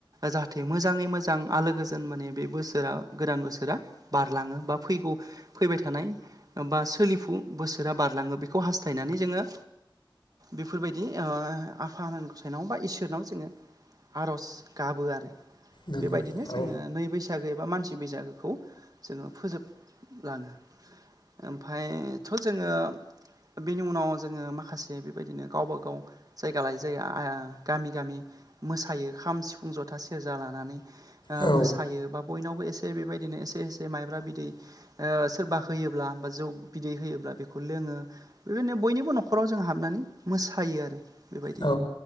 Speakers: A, on the right; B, on the left.
A: जाहाथे मोजाङै मोजां आलो गोजोन माने बे बोसोरा गोदान बोसोरा बारलाङो बा फैगौ फैबाय थानाय बा सोलिफु बोसोरा बारलाङो बेखौ हास्थायनानै जोङो बेफोरबायदि बिदि आफा गसायनाव बा इसोरनाव जोङो आर'ज गाबो आरो
B: नंगौ
A: बेबायदिनो
B: औ
A: जोङो नै बैसो बैसागो एबा मानसि बैसागोखौ जोङो फोजोबलाङो ओमफायथ' जोङो बेनि उनाव जोङो माखासे बेबायदिनो गावबा गाव खौ जायगा लायै जायो गामि गामि मोसायो खाम सिफुं जथा सेरजा लानानै
B: औ
A: मोसायो बा बयनावबो एसे बेबायदिनो एसे एसे माइब्रा बिदै ओ सोरबा होयोब्ला बा जौ बिदै होयोब्ला बेखौ लोङो बेबायदिनो बयनिबो न'खराव जों हाबनानै मोसायो आरो बेबायदि
B: औ